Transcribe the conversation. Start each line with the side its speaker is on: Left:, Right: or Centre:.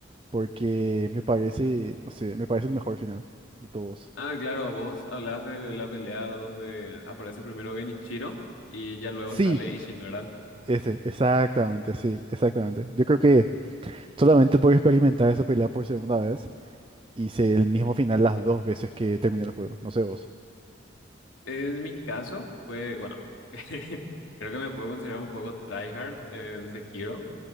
Right: porque me parece, no sé, me parece el mejor final de todos.
Left: Ah, claro, vos hablas de la pelea donde aparece primero Genichiro y ya luego
Right: Sí,
Left: sale Ishin, ¿verdad?
Right: Ese, exactamente, sí, exactamente. Yo creo que solamente puedo experimentar esa pelea por segunda vez y sé el mismo final las dos veces que terminé el juego. No sé vos.
Left: En mi caso, fue, bueno, <laughs> creo que me puedo considerar un poco tryhard en Sekiro